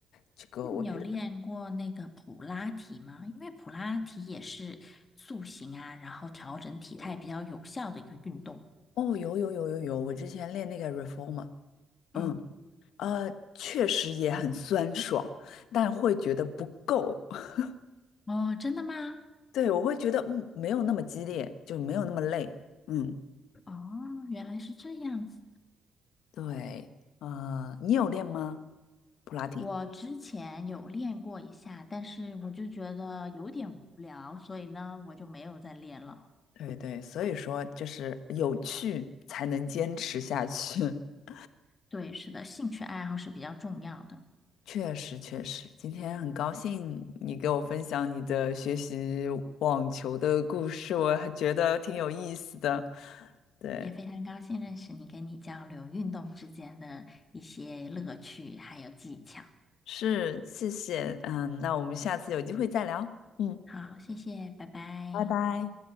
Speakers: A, on the left; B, on the left.
A: 这个我觉得，
B: 那你有练过那个普拉提吗？因为普拉提也是塑形啊，然后调整体态比较有效的一个运动。
A: 哦，有有有有有，我之前练那个 reformer，
B: 嗯，
A: 嗯，呃，确实也很酸爽，但会觉得不够。<laughs>
B: 哦，真的吗？
A: 对，我会觉得，嗯，没有那么激烈，就没有那么累。嗯，
B: 哦，原来是这样子。
A: 对，呃，你有练吗？普拉提？
B: 我之前有练过一下，但是我就觉得有点无聊，所以呢，我就没有再练了。
A: 对对，所以说就是有趣才能坚持下去。<laughs>
B: 对，是的，兴趣爱好是比较重要的。
A: 确实确实，今天很高兴你给我分享你的学习网球的故事，我还觉得挺有意思的。对，
B: 也非常高兴认识你，跟你交流运动之间的一些乐趣还有技巧。
A: 是，谢谢，嗯，那我们下次有机会再聊，嗯，
B: 好，谢谢，拜拜。
A: 拜拜。